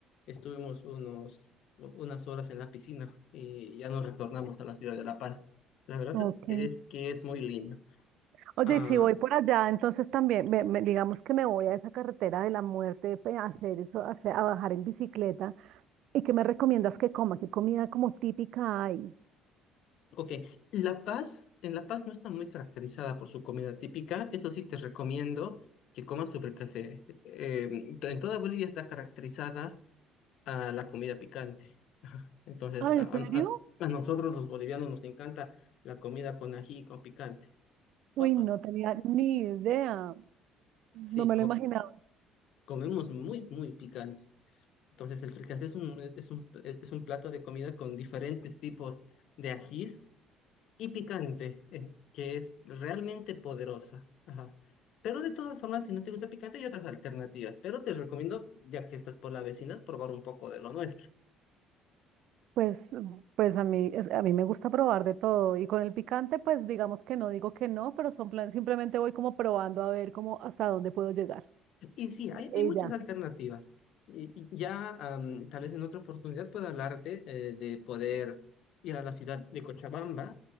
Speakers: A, on the left; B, on the right.
A: estuvimos unos, unas horas en la piscina y ya nos retornamos a la ciudad de La Paz. La verdad
B: Ok.
A: es que es muy lindo.
B: Oye,
A: Ah,
B: y si voy por allá, entonces también, me- me- digamos que me voy a esa carretera de la muerte pe- a hacer eso, a, hacer- a bajar en bicicleta. ¿Y qué me recomiendas que coma? ¿Qué comida como típica hay?
A: ok, La Paz, en La Paz no está muy caracterizada por su comida típica, eso sí te recomiendo que comas tu fricasé. Eh, en toda Bolivia está caracterizada a la comida picante. Ajá. Entonces,
B: Ah,
A: a,
B: ¿en
A: a-
B: serio?
A: a- a nosotros los bolivianos nos encanta la comida con ají y con picante.
B: Uy,
A: O- o-
B: no tenía ni idea. No
A: sí,
B: me
A: co-
B: lo imaginaba.
A: comemos muy, muy picante. Entonces, el fricasé es un, es un, es un plato de comida con diferentes tipos de ajís y picante, eh, que es realmente poderosa. Ajá. Pero de todas formas, si no te gusta picante, hay otras alternativas. Pero te recomiendo, ya que estás por la vecina, probar un poco de lo nuestro.
B: Pues, pues a mí, es- a mí me gusta probar de todo y con el picante, pues digamos que no digo que no, pero son planes, simplemente voy como probando a ver cómo hasta dónde puedo llegar.
A: Y sí, hay,
B: Ella.
A: hay muchas alternativas. Y- y ya am, tal vez en otra oportunidad pueda hablarte eh, de poder ir a la ciudad de Cochabamba,